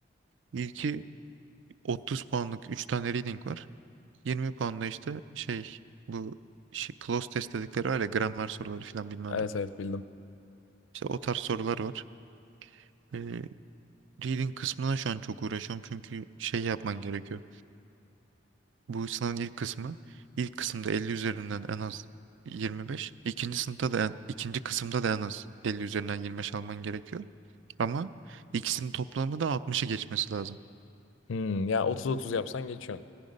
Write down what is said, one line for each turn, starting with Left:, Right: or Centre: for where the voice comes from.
Right: İlki 30 puanlık 3 tane reading var. 20 puanda işte şey bu şey, close test dedikleri var ya gramer soruları falan bilmem
Left: Evet
Right: ne.
Left: evet bildim.
Right: İşte o tarz sorular var. Ee, reading kısmına şu an çok uğraşıyorum çünkü şey yapman gerekiyor. Bu sınavın ilk kısmı ilk kısımda 50 üzerinden en az 25. İkinci sınıfta da en- ikinci kısımda da en az 50 üzerinden 25 alman gerekiyor. Ama ikisinin toplamı da 60'ı geçmesi lazım.
Left: Hmm, ya 30-30 yapsan geçiyorsun.